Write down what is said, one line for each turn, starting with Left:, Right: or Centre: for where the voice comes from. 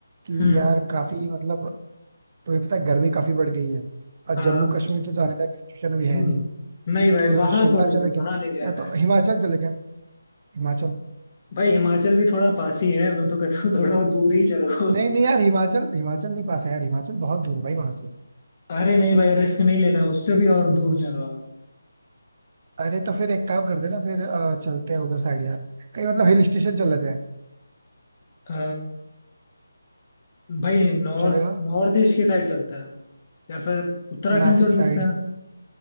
Right: कि
Left: हम्म
Right: यार काफी मतलब तुम्हें पता है गर्मी काफी बढ़ गई है और
Left: हाँ
Right: जम्मू कश्मीर तो जाने लायक सिचुएशन भी है
Left: हम्म
Right: नहीं
Left: नहीं भाई
Right: तो
Left: वहां
Right: शिमला
Left: तो नहीं
Right: चले
Left: वहां
Right: क्या
Left: नहीं जाना
Right: या तो
Left: है
Right: हिमाचल चले क्या हिमाचल
Left: भाई हिमाचल भी थोड़ा पास ही है मैं तो कहता हूँ थोड़ा दूर ही चलो
Right: नहीं नहीं यार हिमाचल हिमाचल नहीं पास है यार हिमाचल बहुत दूर है भाई वहां से
Left: अरे नहीं भाई रिस्क नहीं लेना उससे भी और दूर चलो आप
Right: अरे तो फिर एक काम करते हैं ना फिर अ, चलते हैं उधर साइड यार कहीं मतलब हिल स्टेशन चल लेते हैं
Left: अ, भाई नॉर्थ
Right: चलेगा
Left: नॉर्थ ईस्ट की साइड चलता है या फिर उत्तराखंड
Right: नासिक
Left: चल
Right: साइड
Left: सकते हैं